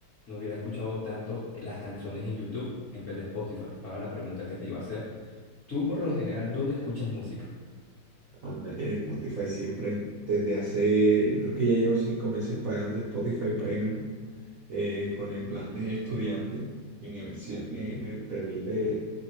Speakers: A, on the left (about 50°); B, on the right (about 65°).
A: no hubiera escuchado tanto las canciones en YouTube en vez de Spotify. Ahora la pregunta que te iba a hacer, tú por lo general, ¿dónde escuchas música?
B: Ándale. En Spotify siempre, desde hace, yo creo que ya llevo cinco meses pagando Spotify Premium eh, con el plan de estudiante. Mi universidad me, me permite